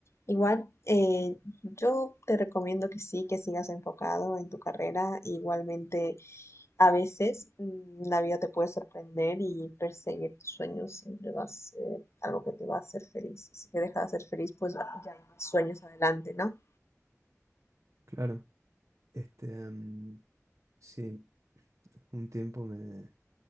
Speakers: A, on the left; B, on the right.
A: Igual, eh, yo te recomiendo que sí, que sigas enfocado en tu carrera. Igualmente, a veces mm, la vida te puede sorprender y perseguir tus sueños siempre va a ser algo que te va a hacer feliz. Y si te deja de hacer feliz, pues ya hay más sueños adelante, ¿no?
B: Claro, este, mm, sí, un tiempo me,